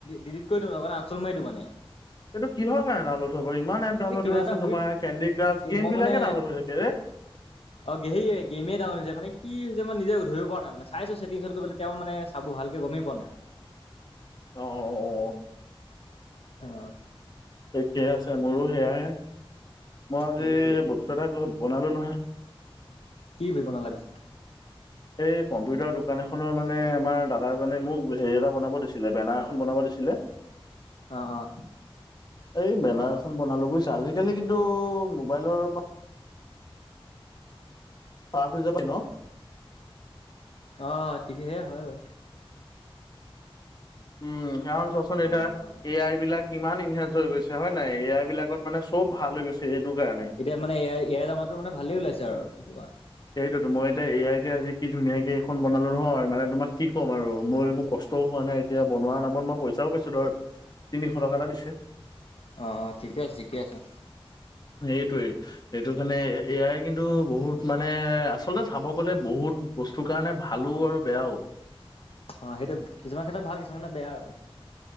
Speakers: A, on the left; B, on the left.
A: ডিলিট কৰি দিওঁ লগে লগ আনষ্টল মাৰি দিও মানে
B: এইটো কিহৰ কাৰণে ডাউনলোড হল ইমান এপ ডাউনলোড
A: এই কিবা
B: হৈ
A: এটা
B: আছে তোমাৰ কেন্দি ক্ৰাছ গেম
A: মই
B: বিলাকে
A: মানে
B: ডাউনলোড হৈ থাকে ৰে
A: অ ঘেহৰয়ে গেমোঙৰ হৈছো কি হৈছে মই নিজে ধৰিব পৰা নাই মানে চাইছো ছেটিংছত গৈ পেলাই তেওঁ মানে চাব ভালকে গমেই পোৱা নাই
B: অ অ
A: অ।
B: ঠিকে আছে মোৰো সেয়াহে মই আজি
A: সেইটোৱে
B: বস্তু এটা কম বনালো নহয়
A: কি দি বনালা পিছে
B: এই কম্পিউটাৰ দোকান এখনৰ মানে আমাৰ দাদা এাজনে মোক হেৰি এটা বনাব দিছিলে বেনাৰ এখন বনাব দি ছিলে
A: অঁ অঁ।
B: এই বেনাৰ এখন বনালোঁ বুজছো আজিকালি কিন্তু মোবাইলৰ পৰা পাচ হৈ যাব পাৰি ন
A: অ ঠিকে হয় বাৰু।
B: উম কাৰণ চোৱাচোন এতিয়া
A: অ
B: এ আই বিলাক কিমান ইনভে হৈ গৈছে হয় নাই এয়াই বিলাকত মানে চব ভাল হৈ গৈছে কাৰণে
A: এতিয়া মানে এয়া এয়াই জামাতো মানে ভালেই ওলাইছে আৰু কি কবা।
B: এইটোতো মই এতিয়া এ আই এতিয়া আজি কি ধুনীয়াকৈ এইখন বনালোঁ নহয় মানে তোমাক কি ক'ম আৰু মোৰ একো কষ্টও হয় মানে এতিয়া বনোৱাৰ নামত মই পইচাও পাইছো ধৰ তিনিশ টকা এটা দিছে।
A: অ অ ঠিকে আছে ঠিকে আছে।
B: এইেইটোৱে এইটো কাৰণে এয়াই কিন্তু বহুত মানে আচলতে চাব গ'লে বহুত বস্তুৰ কাৰণে ভালো আৰু বেয়াও।
A: অ সেইটো কিছুমান ক্ষেত্ৰত ভাল কিছুমান ক্ষেতত বেয়া আৰু।